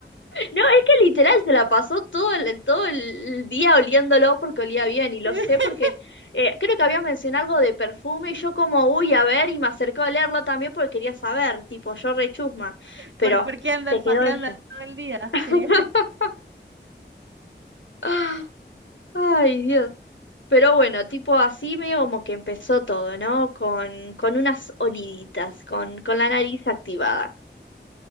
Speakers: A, on the left; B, on the right.
A: No, es que literal se la pasó todo el, todo el día oliéndolo porque olía bien y lo
B: <laughs>
A: sé porque eh, creo que había mencionado algo de perfume y yo como, uy, a ver, y me acercó a olerlo también porque quería saber, tipo, yo rechusma, pero
B: ¿Por, por qué anda
A: se
B: olfateando
A: quedó ella.
B: todo el día? Quería
A: <laughs> Ah, Ay, Dios. Pero bueno, tipo así medio como que empezó todo, ¿no? Con, con unas oliditas, con, con la nariz activada.